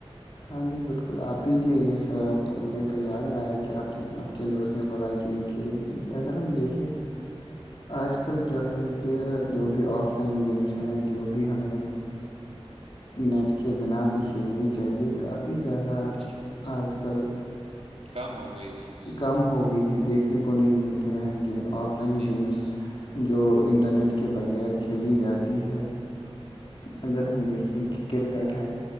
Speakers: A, on the left; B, on the right.
A: ہاں جی بالکل آپ ہی کی اس بولنے پہ یاد آیا کہ آپ نے آپ کے دوست نے بلاائی گیم کی چلے گی کہ اگر ہم دیکھیں آج کل جو ہے کہ جو بھی آف لائن گیمس ہیں جو بھی ہمیں نیٹ کے بنا بھی کھیلنی چاہیے کافی زیادہ
B: جی
A: آج کل
B: کم ہو گئی ہے
A: کم ہو گئی ہے دیکھنے کو نہیں ملتے ہیں آف لائن
B: جی
A: گیمز جو انٹرنیٹ کے بغیر کھیلی جاتی ہے اگر ہم دیکھے کہ کرکٹ ہے